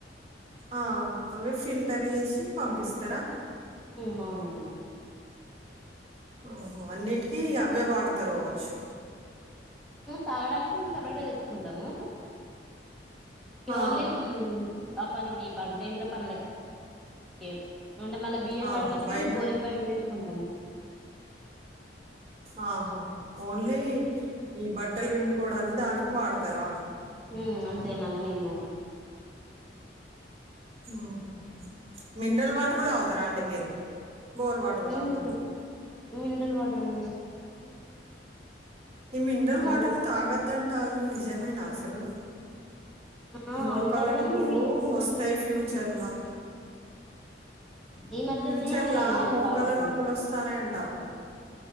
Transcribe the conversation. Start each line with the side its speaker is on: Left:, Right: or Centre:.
Right: ఆ అవే ఫిల్టర్ వేసి పంపిస్తరా?
Centre: మ్ అవును అండీ.
Right: ఓహో, అన్నిటికి అవే వాడతారు కావొచ్చు.
Centre: తాగడానికి మేము సపరేట్ గా తెచ్చుకుంటాము. ఇవి
Right: ఆ
Centre: ఓన్లీ ఆ పనికి ఈ పనికి ఇంట్ల పనులకి. ఏం అంటే మళ్ళా బియ్యం
Right: ఆహా
Centre: కడగడానికి
Right: బయట
Centre: బోరింగ్ కాడిగి పోయి తెచ్చుకుంటాం మేము.
Right: ఆహా! ఓన్లీ ఈ బట్టలు పిండుకోవడానికి దానికి వాడతారా?
Centre: మ్ అంతే నల్ల నీళ్లు.
Right: మ్ మినరల్ వాటరే తాగుతారా అండీ మీరు? బోర్ వాటర్ తాగుతరా?
Centre: ఉమ్ మినరల్ వాటర్ అండి
Right: ఈ మినరల్ వాటర్
Centre: అన్-
Right: తాగొద్దు అంటారు నిజమేనా అసలు.
Centre: ఆ
Right: మోకాళ్ళ
Centre: అంటారు కానీ
Right: నొప్పులు
Centre: మేము ఇది
Right: వొస్తాయి ఫ్యూచర్ లో
Centre: ఈ మధ్యలోనే
Right: ఫ్యూచర్ లా మోకాల
Centre: తాగుతున్నాము
Right: నొప్పులు వొస్తాయ్. తనే అంటారు